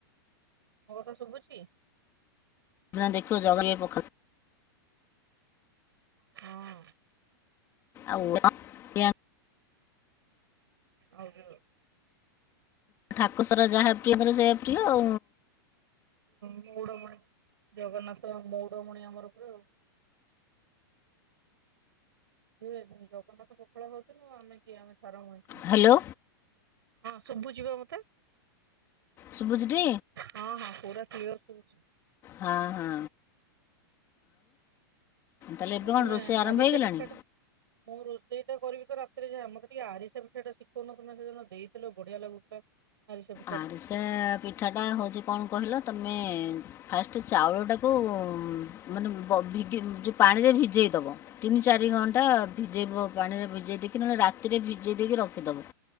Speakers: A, on the right; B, on the left.
A: ମୋ କଥା ଶୁଭୁଛି?
B: ସେଦିନ ଦେଖିବ ଜଗ <unintelligible>
A: ହଁ।
B: ଆଉ <unintelligible>
A: ଆଉ ଯୋଉ
B: ଠାକୁ ସର ଯାହା ବ ରଙ୍କର ସେୟା ପ୍ରିୟ ଆଉ।
A: ମଉଡମଣି ଜଗନ୍ନାଥ ମଉଡମଣି ଆମର ପୁରା ଆଉ। ସିଏ ଜଗନ୍ନାଥ ପଖାଳ ଖାଉଛନ୍ତି ଆଉ ଆମେ କିଏ ଆମେ ସ ଛାର ମଣିଷ।
B: ହ୍ୟାଲୋ
A: ହଁ ଶୁଭୁଚି ବା ମତେ।
B: ଶୁଭୁଚି ଟି
A: ହଁ ହଁ ପୁରା କ୍ଲିୟର ଶୁଭୁଛି
B: ହଁ ହଁ। ତା'ଲେ
A: ଆଉ
B: ଏବେ
A: ତମେ
B: କଣ ରୋଷେଇ ଆରମ୍ଭ
A: ଆରିସା
B: ହେଇଗଲାଣି?
A: ପିଠାଟା ମୁଁ ରୋଷେଇ ଟା କରିବି ତ ରାତିରେ ଯାହା ମତେ ଟିକେ ଆରିସା ପିଠା ଟା ଶିଖଉନ ତମେ ସେଦିନ ଦେଇଥିଲ ବଢିଆ ଲାଗୁଥିଲା। ଆରିସା ପିଠାଟା
B: ଆରିସା ପିଠା ଟା ହଉଛି କଣ କହିଲ ତମ ଆମେ ଫାଷ୍ଟ ଚାଉଳଟାକୁ ମାନେ ବ ଭିଗି ଯୋଉ ପାଣିରେ ଭିଜେଇଦବ ତିନି ଚାରି
A: ହଁ
B: ଘଣ୍ଟା ଭିଜେଇବ ପାଣିରେ ଭି ଜେଇ ଦେଇକି ନହେଲେ ରାତିରେ ଭିଜେଇ ଦେଇକି ରଖିଦବ